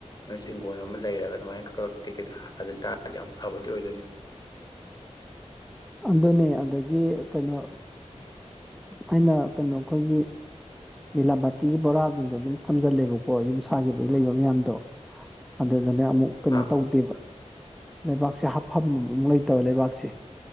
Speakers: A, on the left (about 35°); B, in the centre.
A: ꯅꯣꯏꯁꯨ ꯏꯤꯡꯈꯣꯜ ꯑꯃ ꯂꯩꯔꯒ ꯑꯗꯨꯃꯥꯏꯅ ꯇꯤꯀꯦꯠꯇ ꯍꯥ ꯊꯥꯖꯤꯟ ꯇꯥꯔꯒꯗꯤ ꯌꯥꯝ ꯐꯕꯗꯤ ꯑꯣꯏꯗꯣꯏꯅꯤ <inaudible>
B: ꯑꯗꯨꯗꯅꯦ ꯑꯗꯒꯤ ꯒꯤ ꯀꯩꯅꯣ ꯑꯩꯅ ꯀꯩꯅꯣ ꯑꯩꯈꯣꯏꯒꯤ ꯃꯤꯂꯥꯕꯥꯇꯤꯒꯤ ꯕꯣꯔꯥꯁꯤꯡꯗꯣ ꯑꯗꯨꯝ ꯊꯝꯖꯤꯜꯂꯦꯕꯀꯣ ꯌꯨꯝ ꯁꯥꯈꯤꯕꯒꯤ ꯂꯩꯕ ꯃꯌꯥꯝꯗꯣ ꯑꯗꯨꯗꯅꯦ ꯑꯃꯨꯛ ꯀꯩꯅꯣ
A: ꯍꯥ
B: ꯇꯧꯗꯦꯕ ꯂꯩꯕꯥꯛꯁꯦ ꯍꯥꯞꯐꯝꯃꯨꯛ ꯂꯩꯇꯕ ꯂꯩꯕꯥꯛꯁꯦ